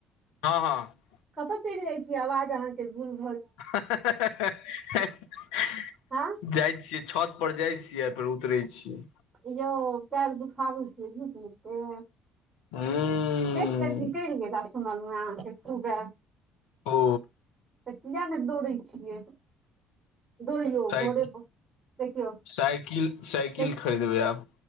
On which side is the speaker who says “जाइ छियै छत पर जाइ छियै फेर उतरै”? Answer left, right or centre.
Left